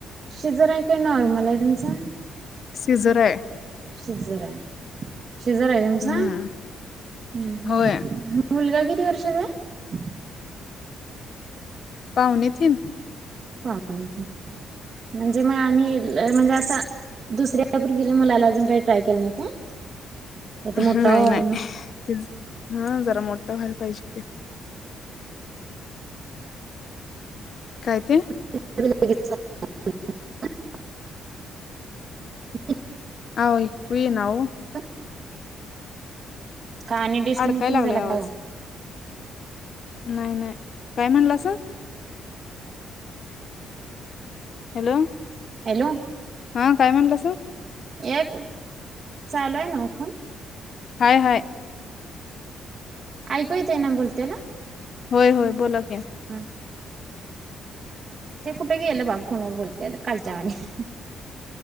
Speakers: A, on the right; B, on the left.
A: सिजर आहे काय नॉर्मल आहे तुमचं?
B: सिजर हाय.
A: सिजर‌ हाय. सिजर हाय तुमचं?
B: हम्म
A: हम मग
B: होय
A: मुलगा किती वर्षाचा हाय?
B: पावणे तीन.
A: पावणे तीन म्हणजे, मग आणि म्हणजे असं दुसऱ्या पोरगीला मुलाला अजून काय ट्राय केलं नाही काय? का तो
B: नाही
A: मोठा व्हावा
B: नाही
A: म्हणून?
B: ते हं जरा मोठं व्हायला पाहिजे की. काय ते?
A: <unintelligible>
B: ऐकू येईना ओ.
A: <inaudible> का आणि डिस कनेक्टिंग
B: अडकाय लागलाय
A: झाला
B: आवाज
A: काय हो?
B: नाही नाही काय म्हणलासा? हॅलो.
A: हॅलो.
B: हां काय म्हणलासा,
A: एक, चालू आहे नव फोन.
B: हाय हाय.
A: ऐकू येतय ना बोलत्याल.
B: होय होय बोला. की
A: हम्म. ते कुठे गेलं, बा फोनवर बोलतेलं कालच्या वाणी.